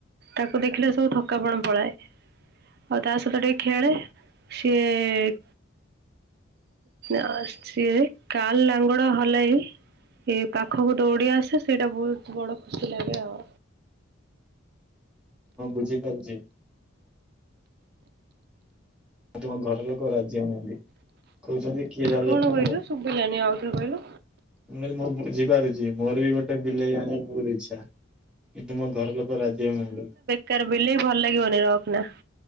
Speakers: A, on the right; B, in the centre.
A: ତାକୁ ଦେଖିଲେ ସବୁ ଥକାପଣ ପଳାଏ। ଆଉ ତା ସହିତ ଟିକେ ଖେଳେ, ସିଏ ଅଁ ସିଏ କାଲ୍ ଲାଙ୍ଗୁଡ଼ ହଲାଇ ଏ ପାଖକୁ ଦୌଡିି ଆସେ ସେଇଟା ବହୁତ୍ ବଡ ଖୁସି ଲାଗେ ଆଉ।
B: ହଁ, ବୁଝିପାରୁଚି। ତମ ଘର ଲୋକ ରାଜି ହଉନାହାନ୍ତି। କହୁଚନ୍ତି କିଏ ତାର
A: କଣ
B: ଯତ୍ନ
A: କହିଲୁ
B: ନବ। ମୁଁ
A: ଶୁଭିଲାନି ଆଉଥରେ କହିଲୁ
B: କହିଲି ମୁଁ ବୁଝିପାରୁଚି ମୋର ବି ଗୋଟେ ବିଲେଇ ଆଣିବାକୁ ବହୁତ୍ ଇଛା। କି ତୁମ ଘର ଲୋକ ରାଜି ହଉନାହାନ୍ତି।
A: କାର ବିଲେଇ ଭଲ୍ ଲାଗିବନି ରଖନା।